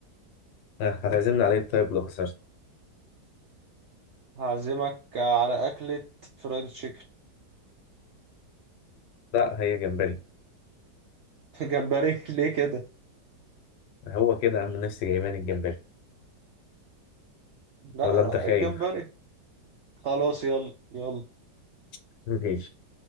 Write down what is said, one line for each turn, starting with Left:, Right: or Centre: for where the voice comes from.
Left: ها، هتعزمني عليه طيب لو خسرت
Right: هعزمك على اكلة فرايد تشيكن
Left: لا هي جمبري
Right: <laughs> جمبري ليه كده
Left: هو كده يا عم نفسي جايباني الجمبري
Right: لا
Left: ولا انت خايف
Right: الجمبري خلاص يلا يلا
Left: <laughs> ماشي